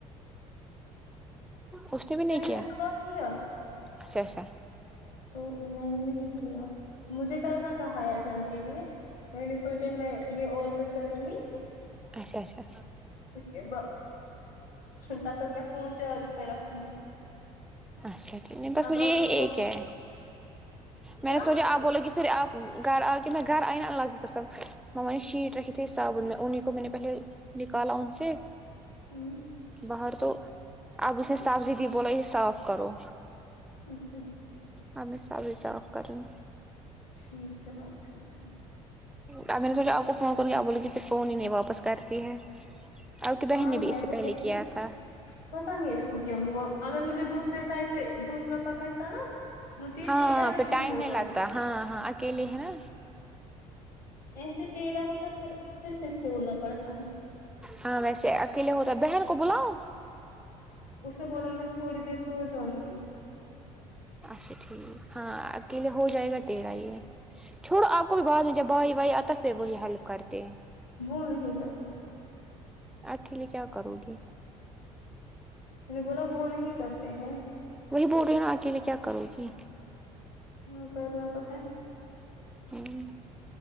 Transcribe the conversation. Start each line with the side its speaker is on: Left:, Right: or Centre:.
Centre: اس نے بھی نہیں
Left: مجھے
Centre: کیا
Left: صبح کیا
Centre: اچھا اچھا
Left: تو میں نے نہیں کیا مجھے کرنا تھا ہایا جان کے لیے میں نے سوچا میں یہ آڈر کروں گی
Centre: اچھا اچھا
Left: اس کے ب تب تک میں فون چارج پہ رکھوں گی
Centre: اچھا نہیں بس
Left: اب
Centre: مجھے
Left: آپ
Centre: یہی
Left: کی
Centre: ایک
Left: کو
Centre: ہے
Left: کیا
Centre: میں نے سوچا آپ بولو گی پھر آپ گھر آکے میں گھر آئ نا الله کی قسم معمہ نے شیٹ رکھی تھی سبون میں ان ہی کو میں نے پہلے نکالا ان سے
Left: ہوں
Centre: باہر تو اب اس نے سبزی دی بولا یہ صاف کرو
Left: اچھا
Centre: اب میں سب ہے صاف کر رہی ہو
Left: ٹھیک چلو اچھا ٹھیک
Centre: اب میں نے سوچا آپ کو فون کر گی آپ بولے کہ پھر فون ہی نہیں واپس کرتی ہے آپ کی بہن
Left: ہاں
Centre: نے بھی
Left: میں
Centre: اس سے
Left: تو
Centre: پہلے
Left: کہتی
Centre: کیا تھا
Left: پتا نہیں اس کو کیا ہوا اگر مجھے دوسرے سائڈ سے دس را پکڑتا نا مجھے
Centre: ہاں
Left: تیدرا
Centre: پھر
Left: نہیں
Centre: ٹائم
Left: ہوتا
Centre: لگتا ہاں ہاں اکیلے ہے نا
Left: ایسے ٹیڑا ہوتا پھر پھر سے کھولنا پڑتا ہے
Centre: ہاں ویسے اکیلے ہوتا بہن کو بلاؤ
Left: اس نے بولا میں تھوڑی دیر سو جاؤں گی
Centre: اچھا ٹھیک ہاں اکیلے ہو جائے گا ٹیڑھا یہ چھوڑو آپ کو بھی بعد میں جب بھائی وائی آتا ہے پھر وہی ہیلپ کرتے ہیں
Left: وہ نہیں کرتے ہیں
Centre: اکیلے کیا کرو گی
Left: میں نے بولا وہ نہیں کرتے ہیں
Centre: وہی بول رہی نا اکیلےکیا کرو گی
Left: ہاں کرنا تو ہے
Centre: ہوں